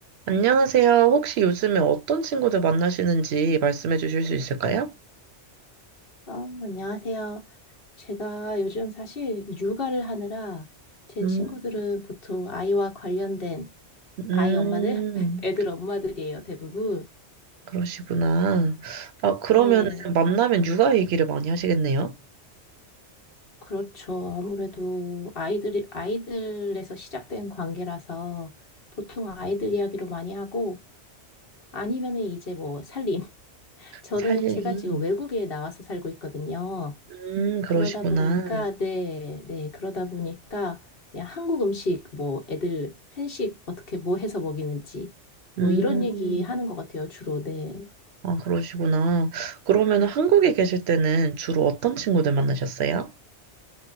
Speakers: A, on the right; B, on the left.
A: 안녕하세요. 혹시 요즘에 어떤 친구들 만나시는지 말씀해 주실 수 있을까요?
B: 어, 안녕하세요. 제가 요즘 사실 육아를 하느라 제
A: 음,
B: 친구들은 보통 아이와 관련된
A: 음,
B: 아이 엄마들, <laughs> 애들 엄마들이에요, 대부분.
A: 그러시구나. 아, 그러면
B: 네,
A: 만나면 육아 얘기를 많이 하시겠네요?
B: 그렇죠. 아무래도 아이들이, 아이들에서 시작된 관계라서 보통 아이들 이야기로 많이 하고 아니면은 이제 뭐 살림. <laughs> 저는
A: 살림.
B: 제가 지금 외국에 나와서 살고 있거든요.
A: 음, 그러시구나.
B: 그러다 보니까, 네, 네, 그러다 보니까, 그냥 한국 음식, 뭐, 애들, 한식, 어떻게, 뭐 해서 먹이는지, 뭐,
A: 음,
B: 이런 얘기 하는 것 같아요, 주로, 네.
A: 아, 그러시구나. 그러면 한국에 계실 때는 주로 어떤 친구들 만나셨어요?